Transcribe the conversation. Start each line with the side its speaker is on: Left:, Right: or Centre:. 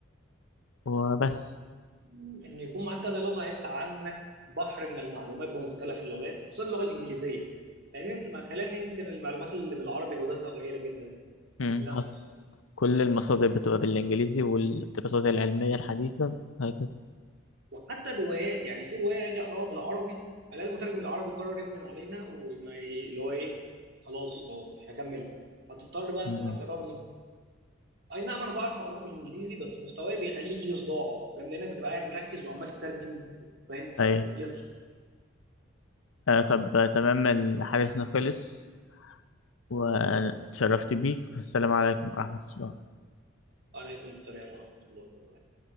Left: وبس
Right: مم، ان يكون معاك كذا لغه هيفتح عنك بحر من المعلومات بمختلف اللغات خصوصا اللغه الانجليزيه لان ما خلينا ننكر المعلومات اللي بالعربي جودتها قليله جدا
Left: مم،
Right: للاسف
Left: حصل كل المصادر بتبقى بالإنجليزي والدراسات العلمية الحديثة هكذا
Right: وحتى الروايات يعني في روايه اجي اقراها بالعربي الاقي المترجم العربي قرر يبدن علينا وما ي- اللي هو ايه خلاص اللي هو مش هكملها فتضطر بقى انت
Left: مم.
Right: تروح تقراها اي نعم انا بعرف اقراها بالانجليزي بس مستواي بيخليه يجي لي صداع فاهم لانك بتبقى قاعد مركز وعمال تترجم فاهم فبيجي
Left: أيوه
Right: لك صداع.
Left: آه طب آه، تمام الحديث خلص واتشرفت بيك والسلام عليكم ورحمة الله
Right: عليكم السلام ورحمه الله وبركاته